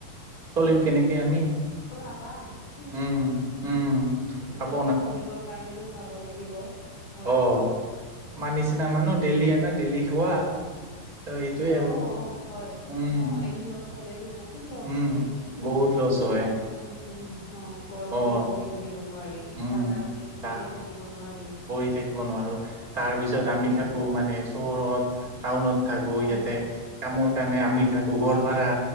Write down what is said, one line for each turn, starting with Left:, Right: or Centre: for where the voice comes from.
Right: চলিম কেনেকে আমি?
Left: নাপাম। জীয়াই
Right: উম উম খাব
Left: থাকিবৰ কাৰণেতো খাব লাগিব। হয়,
Right: অ'হ।
Left: হয়,
Right: আমাৰ নিচিনা মানুহ ডেইলি আনা ডেইলি খোৱা। ত' এইটোৱে
Left: অ'
Right: আৰু
Left: অ' হয়।
Right: উম,
Left: অ' এদিন লছ হলেটো বহুত লছ
Right: উম,
Left: হয়।
Right: বহুত লছ হয়
Left: তেনেকুৱা নিচিনা। অ' গৰম
Right: অ',
Left: বুলি বহি থাকিব নোৱাৰি।
Right: উম।
Left: ঠাণ্ডা বুলি
Right: তাত
Left: বহি থাকিব নোৱাৰি।
Right: পৰি থাকিব নোৱাৰো। তাৰ পিছত আমি থাকো মানে চহৰত। টাউনত থাকো
Left: হয়,
Right: ইয়াতে।
Left: হয়।
Right: কামৰ কাৰণে আমি থাকো। ঘৰ ভাড়া